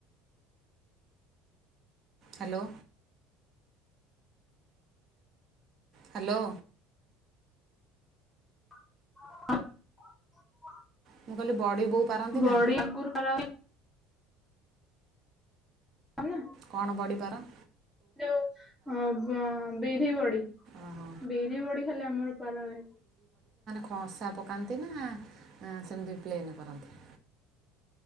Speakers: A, on the right; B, in the centre.
A: ହାଲୋ। ହାଲୋ।
B: <unintelligible>
A: ମୁଁ କହିଲି ବଡି ବୋଉ ପାରନ୍ତି
B: ବଡି
A: ନା?
B: ଆଗରୁ ଖରାପ ହେଇଥିଲା ନା।
A: କଣ ବଡିପାର?
B: ଯୋଉ ଅ ବ-ବିରହି ବଡି
A: ଓହୋ
B: ବିରହି ବଡି ଖାଲି ଆମର ପାରାହୁଏ।
A: ଖଂଶା ପକାନ୍ତି ନା ଆଁ-ସେମିତି ପ୍ଲେନେ କରନ୍ତି?